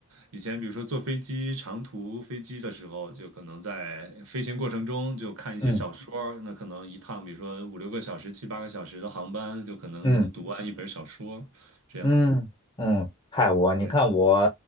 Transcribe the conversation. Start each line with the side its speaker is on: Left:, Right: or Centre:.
Right: 以前，比如说坐飞机长途飞机的时候，就可能在飞行过程中就看一些小说。
Left: 嗯。
Right: 那可能一趟，比如说五六个小时、七八个小时的航班，就可能能读完一本小说，
Left: 嗯
Right: 这样子。
Left: 嗯嗯，嗨，我你看我
Right: 对，